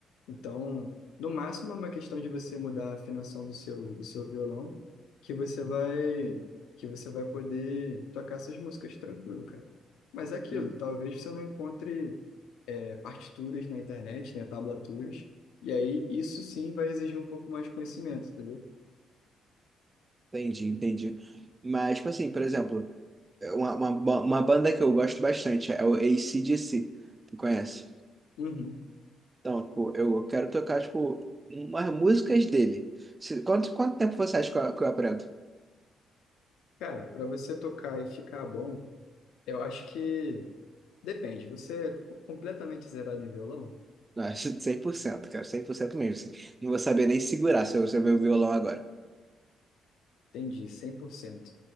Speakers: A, on the left; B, on the right.
A: Então, no máximo é uma questão de você mudar a afinação do seu, do seu violão, que você vai que você vai poder tocar essas músicas tranquilo, cara. Mas é aquilo,
B: Uhum.
A: talvez você não encontre é, partituras na internet, né, tablaturas, e aí isso sim vai exigir um pouco mais de conhecimento, entendeu?
B: Entendi, entendi. Mas, tipo assim, por exemplo. É Uma, uma, ba- uma banda que eu gosto bastante é o AC/DC. Tu conhece?
A: Uhum.
B: Então, tipo, eu quero tocar, tipo, umas músicas dele. Se- Quanto, quanto tempo você acha que eu, que eu aprendo?
A: Cara, para você tocar e ficar bom, eu acho que depende. Você é completamente zerado em violão?
B: Ah, <laughs> cem por cento cara, cem por cento mesmo. assim. Não vou saber nem segurar se eu, se eu ver o violão agora.
A: Entendi, cem por cento